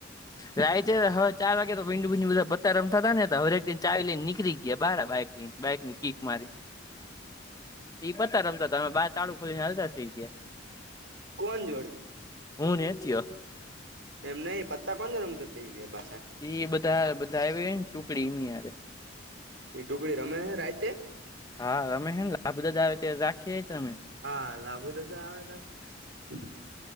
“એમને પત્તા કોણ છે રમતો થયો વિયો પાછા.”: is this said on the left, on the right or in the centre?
Right